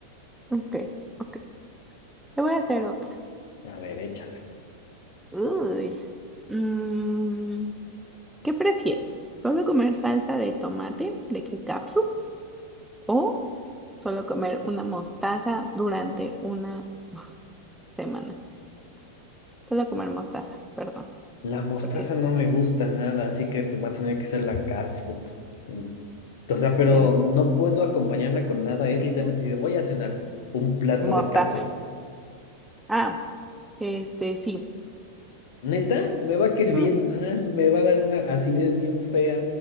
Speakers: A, in the centre; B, on the left.
A: ok, ok. Te voy a hacer otra.
B: A ver, échale.
A: Uy. Mm, ¿qué prefieres? ¿Solo comer salsa de tomate de ketchup o solo comer una mostaza durante una semana? Solo comer mostaza, perdón,
B: La mostaza
A: porque
B: no me gusta nada, así que te va a tener que ser la catsup. En- O sea, pero
A: ven,
B: no puedo acompañarla con nada. Es literalmente si voy a cenar un plato
A: mostaza.
B: de catsup.
A: Ah, este, sí.
B: Neta, me va a caer
A: Mm,
B: bien mal, me va a dar una acidez bien fea.